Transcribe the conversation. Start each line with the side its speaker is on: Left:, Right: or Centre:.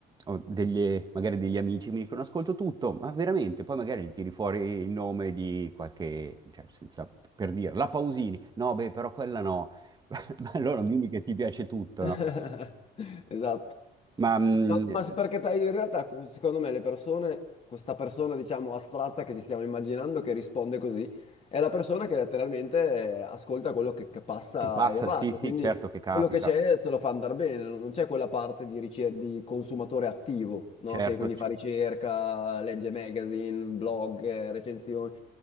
Right: ho delle- magari degli amici mi dicono ascolto tutto, ma veramente, poi magari gli tiri fuori il nome di qualche, cioè, senza, per dire, la Pausini, no, beh, però quella no, <laughs> ma allora non dimmi che ti piace tutto,
Left: <laughs>
Right: no?
Left: Esatto.
Right: Ma mh,
Left: Ta- Ma s- perché ta- in realtà, cu- secondo me, le persone, questa persona, diciamo, astratta che ci stiamo immaginando che risponde così, è la persona che letteralmente eh, ascolta quello che, che passa
Right: che passa?
Left: in radio,
Right: Sì, sì,
Left: quindi
Right: certo che capita,
Left: quello che c'è se lo fa andare bene, non non c'è quella parte di, ricer- di consumatore attivo, no?
Right: certo.
Left: Che quindi fa ricerca, legge magazine, blog, eh, recensioni,